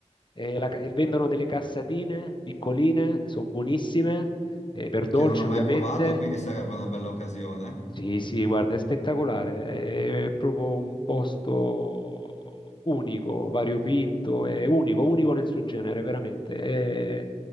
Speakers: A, on the left; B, on the left.
A: eh, la ca- e vendono delle cassatine piccoline, sono buonissime, eh, per dolce
B: Che non ho mai
A: ovviamente.
B: provato, quindi sarebbe una bella occasione.
A: Sì, sì, guarda, è spettacolare, è proprio un posto unico, variopinto, è unico, unico nel suo genere, veramente. È-